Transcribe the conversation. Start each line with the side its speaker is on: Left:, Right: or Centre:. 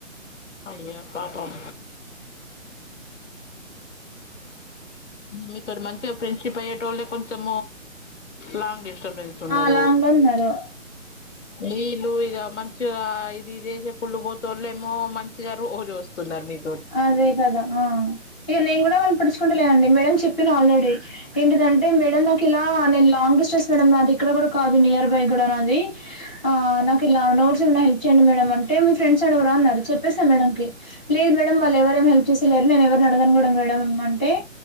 Left: అయ్యో పాపం మీతోటి మంచిగా ఫ్రెండ్షిప్ అయ్యేటోళ్లే కొంచెం లాంగ్ డిస్టబెన్స్ టున్నారు
Centre: ఆ లాంగ్ లో ఉన్నారు
Left: ఈళ్ళు ఇగ మంచిగా ఇది చేసే కుళ్ళు పోతోళ్ళు ఏమో మంచిగా రోజు వస్తున్నారు మీరు
Centre: అదే కదా ఆ ఇక నేను కూడా వాళ్ళను పట్టించుకో కోవట్లేదండి మేడం చెప్పిన ఆల్రెడీ ఏంటిదంటే మేడం నాకు ఇలా ఆ నేను లాంగ్ డిస్టెస్ మేడం నాది ఇక్కడ కూడా కాదు నియర్ బై కూడా నాది ఆ నాకిలా నోడ్స్ ఉన్నా ఇచ్చేయండి మేడం అంటే మీ ఫ్రెండ్స్ ఆడగరా అన్నారు చెప్పేసా మేడం కి లేదు మేడం వాళ్ళు ఎవరు ఏం హెల్ప్ చేసేలేరు నేను ఎవరిని అడగను కూడా మేడం అంటే